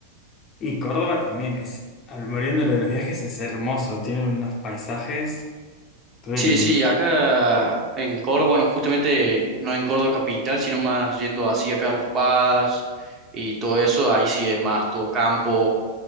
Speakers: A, on the left; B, on the right.
A: Y Córdoba también es, al- volviendo a lo de los viajes, es hermoso. Tienen unos paisajes re
B: Sí,
A: lindos.
B: sí, acá en Córdoba, bueno, justamente no en Córdoba capital, sino más yendo así a Carlos Paz y todo eso, ahí sí es más todo campo,